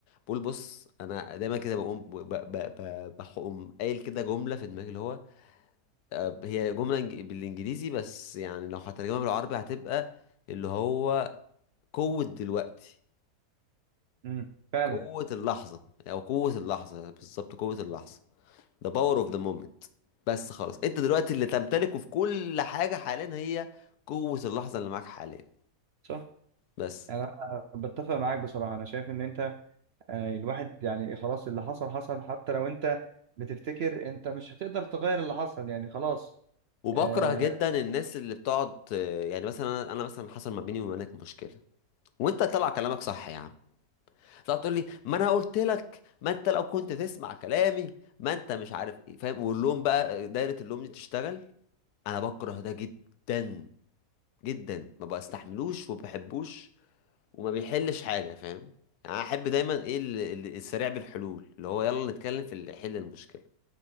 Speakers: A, on the left; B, on the right.
A: بقول بص انا دايما كده بقوم ب- ب- ب- بقوم قايل كده جمله في دماغي اللي هو آه، هي جمله إنج- بالانجليزي بس يعني لو هترجمها بالعربي هتبقى اللي هو قوه دلوقتي
B: امم فعلا
A: قوه اللحظه او قوه اللحظه بالظبط قوه اللحظه the power of the moment بس خلاص انت دلوقتي اللي تمتلكه في كل حاجه حاليا هي قوه اللحظه اللي معاك حاليا
B: صح
A: بس
B: يعني انا بتفق معاك بصراحه انا شايف ان انت يعني الواحد يعني خلاص اللي حصل حصل حتى لو انت بتفتكر انت مش هتقدر تغير اللي حصل يعني خلاص
A: وبكره
B: آه،
A: جدا الناس اللي بتقعد آه، يعني مثلا انا أنا مثلا حصل ما بيني وما بينك مشكله وانت طلع كلامك صح يا عم تطلع تقول لي ما انا قلت لك ما انت لو كنت تسمع كلامي ما انت مش عارف ايه فاهم واللوم بقى دايرة اللوم دي تشتغل انا بكره ده جدا جدا ما بستحملوش وما بحبوش وما بيحلش حاجة فاهم يعني انا احب دايما ايه ال- ال- السريع بالحلول اللي هو يلا نتكلم في اللي يحل المشكلة